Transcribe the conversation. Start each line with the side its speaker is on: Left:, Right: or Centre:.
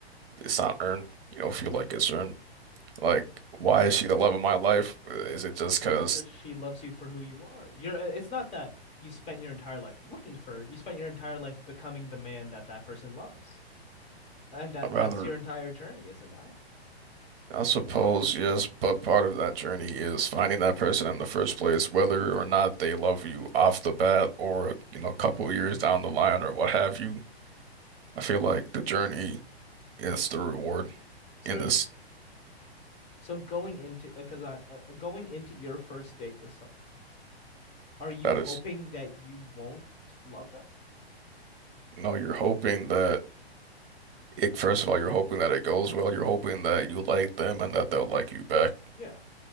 Right: it's not earned. You don't feel like it's earned. Like, why
Left: What?
Right: is she the love of my life? Is it just because
Left: Because she loves you for who you are. You're. uh, It's not that you spent your entire life looking for. her. You spent your entire life becoming the man that that person loves, and that
Right: I'm
Left: that's
Right: rather,
Left: your entire journey, is it not?
Right: I suppose, yes, but part of that journey is finding that person in the first place, whether or not they love you off the bat or, you know, a couple years down the line or what have you. I feel like the journey is the reward
Left: So
Right: in
Left: are
Right: this.
Left: you. s- So going into because I uh, going into your first date with someone, are you
Right: That
Left: hoping
Right: is,
Left: that you won't love them?
Right: you know, you're hoping that it, first of all, you're hoping that it goes well. You're hoping that you like them and that they'll like you back.
Left: Yeah.